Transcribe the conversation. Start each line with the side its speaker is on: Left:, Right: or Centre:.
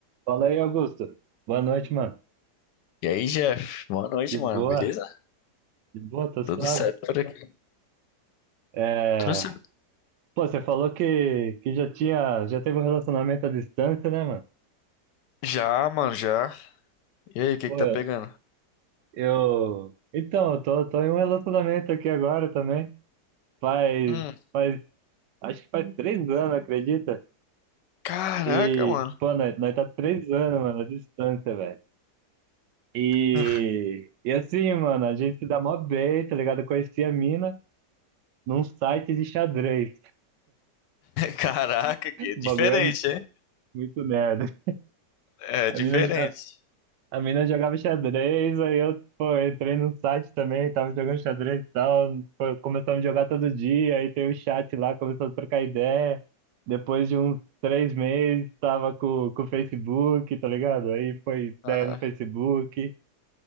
Right: Fala aí, Augusto. Boa noite, mano.
Left: E aí, Jeff? Boa noite,
Right: De boa,
Left: mano. Beleza?
Right: de boa, tô suave.
Left: Tudo certo por aqui?
Right: É...
Left: Tudo certo.
Right: Pô, você falou que, que já tinha, já teve um relacionamento à distância, né, mano?
Left: Já, mano, já. E aí, o que
Right: Pô,
Left: que tá
Right: eu...
Left: pegando?
Right: eu- Então, eu tô, tô em um relacionamento aqui agora também. Faz,
Left: Hum,
Right: faz, acho que faz três anos, acredita?
Left: caraca,
Right: E,
Left: mano.
Right: pô, nós, nós tá três anos, mano, à distância, velho. E,
Left: <laughs>
Right: e assim, mano, a gente se dá mó bem, tá ligado? Eu conheci a mina num site de xadrez.
Left: Caraca,
Right: <laughs>
Left: que é
Right: O
Left: diferente,
Right: bagulho é
Left: hein?
Right: muito nerd.
Left: É
Right: A
Left: diferente.
Right: mina, a, a mina jogava xadrez, aí eu, pô, entrei no site também, tava jogando xadrez e tal, foi- começamos a jogar todo dia, aí tem o chat lá, começou a trocar ideia. Depois de uns três meses, tava com, com o Facebook, tá ligado? Aí foi ideia
Left: Ah,
Right: no Facebook.